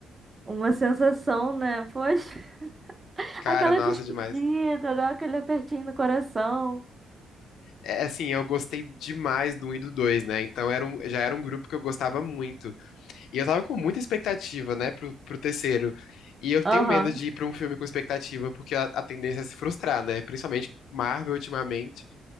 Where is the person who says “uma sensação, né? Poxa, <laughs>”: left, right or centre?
Right